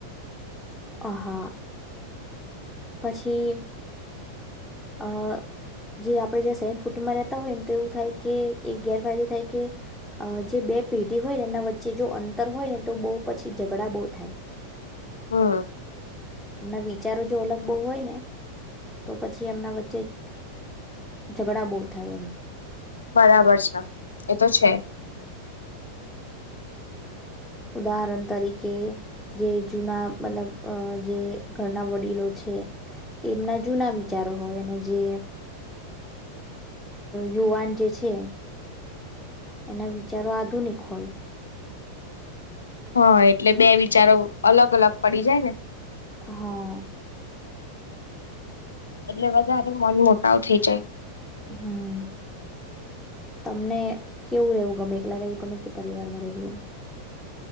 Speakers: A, in the centre; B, on the left.
A: હા. પછી અ જે આપણે જે સંયુક્ત કુટુંબમાં રહેતા હોય ને તો એવું થાય કે એક ગેરફાયદો થાય, કે જે બે પેઢી હોય ને એમના વચ્ચે જો અંતર હોય ને તો બહુ પછી ઝઘડા બહુ થાય.
B: હમ
A: ના બી બચારો જો અલગ બહુ હોય ને તો પછી એમના વચ્ચે ઝઘડા બહુ થાય, એમ
B: બરાબર છે, એ તો છે.
A: ઉદાહરણ તરીકે જે જૂના મતલબ જે ઘરના વડીલો છે. એમના જૂના વિચારો હોય અને જે યુવાન જે છે, એના વિચારો આધુનિક હોય.
B: હા એટલે બે વિચારો અલગ-અલગ પડી જાય ને
A: હા.
B: એટલે વધારે મન સાવ થય જાય.
A: હમ્મ, તમને કેવું રહેવું ગમે એકલા રહેવું ગમે કે પરિવારમાં રહેવું ગમે.